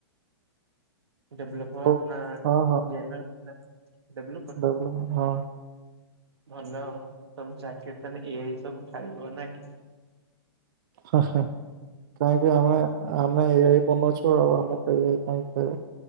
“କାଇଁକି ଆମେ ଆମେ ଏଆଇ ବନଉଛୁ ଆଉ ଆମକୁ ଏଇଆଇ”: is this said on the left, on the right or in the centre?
Right